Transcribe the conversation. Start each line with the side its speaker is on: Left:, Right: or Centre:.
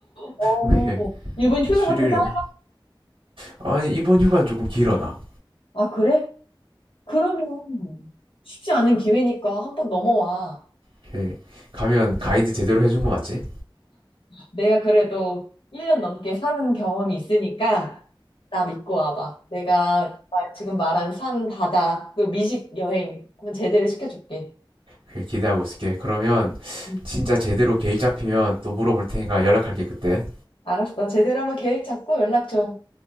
Left: 어,
Right: 이렇게
Left: 이번 휴가가
Right: 7일은?
Left: 좀 짧...
Right: 아니, 이번 휴가는 조금 길어, 나.
Left: 아, 그래? 그러면 쉽지 않은 기회니까 한번 넘어와.
Right: 이렇게 가면 가이드 제대로 해준 거 맞지?
Left: 내가 그래도 1년 넘게 사는 경험이 있으니까 나 믿고 와봐. 내가 나 지금 말한 산, 바다, 그 미식 여행 한번 제대로 시켜줄게.
Right: 이렇게 기대하고 있을게. 그러면
Left: 응.
Right: 진짜 제대로 계획 잡히면 또 물어볼 테니까 연락할게, 그때.
Left: 알았어. 제대로 한번 계획 잡고 연락 줘.